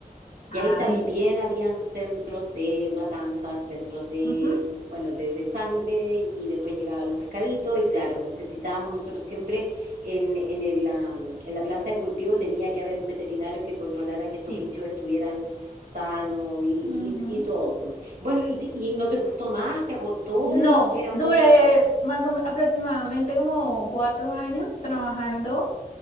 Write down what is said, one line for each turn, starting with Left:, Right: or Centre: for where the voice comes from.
Left: Ah,
Right: Y ahí también
Left: bien.
Right: habían centros de matanzas, centros de,
Left: Ujú,
Right: bueno, de, de sangre y después llegaban los pescaditos y claro, necesitábamos nosotros siempre en, en el, am, en la planta de cultivo tenía que haber un veterinario que controlara que estos
Left: Sí.
Right: bichos estuvieran sanos y,
Left: Ujú.
Right: y- y todo. Bueno, y, te- y no te gustó más? ¿Te agotó?
Left: No,
Right: Era muy...
Left: duré más o me- aproximadamente como cuatro años trabajando,